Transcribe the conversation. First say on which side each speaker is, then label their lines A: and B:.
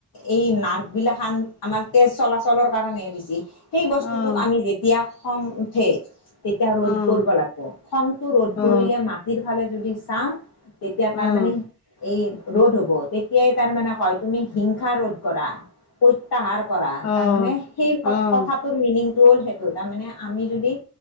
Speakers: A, on the left (about 85°); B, on the left (about 50°).
A: এই নাৰ্ভ বিলাকখান আমাৰ তেজ চলাচলৰ কাৰণে বেছি। সেই বস্তুটোক
B: অঁ
A: আমি যেতিয়া খং উঠে। তেতিয়া ৰ'দ
B: অঁ
A: কৰিব লাগিব খংটো ৰ'দ
B: অঁ
A: কৰিলে মাটিৰ ফালে যদি চাও। তেতিয়া
B: অঁ
A: তাৰমানে
B: অঁ
A: এই ৰোধ হ'ব, তেতিয়াই তাৰ মানে হয় তুমি হিংসা ৰোধ কৰা। প্ৰত্যাহাৰ কৰা,
B: অঁ অঁ
A: তাৰ মানে সেই
B: অঁ অঁ অঁ
A: কথাত মিনিংটো হ'ল সেইটো, তাৰ মানে আমি যদি